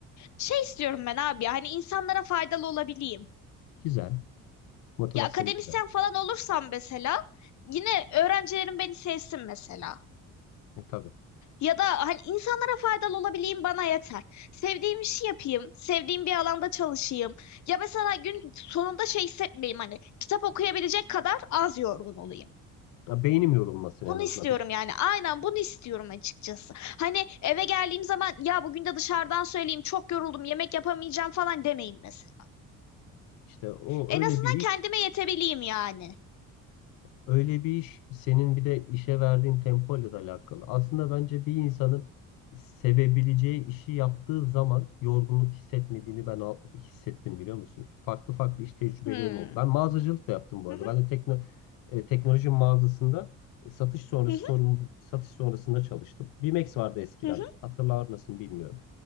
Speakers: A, on the left (about 55°); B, on the left (about 85°).
A: Şey istiyorum ben abi ya hani insanlara faydalı olabileyim.
B: Güzel. Motivasyonu
A: Ya akademisyen
B: güzel.
A: falan olursam mesela yine öğrencilerim beni sevsin mesela.
B: E, tabii.
A: Ya da hani insanlara faydalı olabileyim bana yeter. Sevdiğim işi yapayım, sevdiğim bir alanda çalışayım. Ya mesela gün sonunda şey hissetmeyeyim hani kitap okuyabilecek kadar az yorgun olayım.
B: Ya, beynim yorulmasın en
A: Bunu
B: azından.
A: istiyorum
B: Bir,
A: yani. Aynen bunu istiyorum açıkçası. Hani eve geldiğim zaman ya bugün de dışarıdan söyleyeyim çok yoruldum yemek yapamayacağım falan demeyeyim mesela.
B: işte o
A: En
B: öyle
A: azından
B: bir iş
A: kendime yetebileyim yani.
B: öyle bir iş senin bir de işe verdiğin tempoyla da alakalı. Aslında bence bir insanın sevebileceği işi yaptığı zaman yorgunluk hissetmediğini ben al- hissettim biliyor musun? Farklı farklı iş tecrübelerim
A: Hmm.
B: oldu. Ben mağazacılık da yaptım bu
A: Hı
B: arada.
A: hı,
B: Ben de tekno, e, teknoloji mağazasında satış sonrası
A: hı hı,
B: sorumlu satış sonrasında çalıştım. Bimex vardı eskiden.
A: hı hı.
B: Hatırlar mısın bilmiyorum.